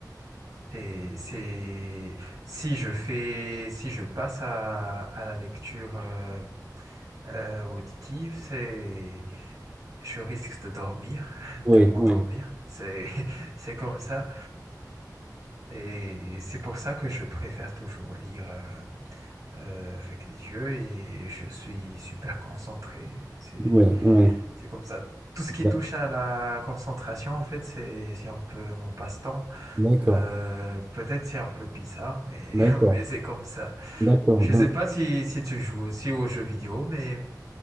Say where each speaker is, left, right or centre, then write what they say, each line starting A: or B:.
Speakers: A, on the right; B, on the right.
A: Et c'est si je fais, si je passe à, à la lecture euh, euh, auditive, c'est je risque de dormir, <laughs>
B: Oui,
A: de m'endormir.
B: oui,
A: C'est <laughs> c'est comme ça. Et c'est pour ça que je préfère toujours lire euh, euh, avec les yeux et je suis super concentré. C'est
B: oui, oui.
A: c'est comme ça. Tout ce qui
B: D'ac-
A: touche à la concentration, en fait, c'est c'est un peu mon passe-temps.
B: D'accord,
A: Euh, peut-être c'est un peu bizarre, mais,
B: d'accord,
A: <laughs> mais c'est comme ça.
B: d'accord.
A: Je
B: Donc,
A: ne sais pas si, si tu joues aussi aux jeux vidéo, mais